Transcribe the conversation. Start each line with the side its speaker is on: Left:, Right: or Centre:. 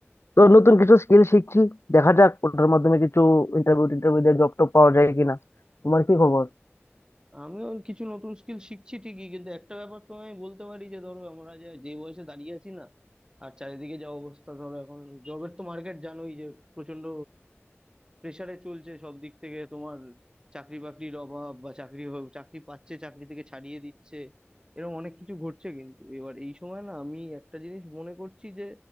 Left: তো নতুন কিছু স্কিল শিখছি দেখা যাক ওটার মাধ্যমে কিছু ইন্টারভিউ টিন্টারভিউ দিয়ে জব টব পাওয়া যায় কিনা তোমার কি খবর
Right: আমিও কিছু নতুন স্কিল শিখছি ঠিকই কিন্তু একটা ব্যাপার তো আমি বলতে পারি যে ধরো আমরা যে যে বয়সে দাঁড়িয়ে আছি না আর চারিদিকে যা অবস্থা ধরো এখন জবের তো মার্কেট জানোই যে প্রচন্ড প্রেশারে চলছে সব দিক থেকে তোমার চাকরি বাকরির অভাব বা চাকরি হ- চাকরি পাচ্ছে চাকরি থেকে ছাড়িয়ে দিচ্ছে এরকম অনেক কিছু ঘটছে কিন্তু এবার এই সময় না আমি একটা জিনিস মনে করছি যে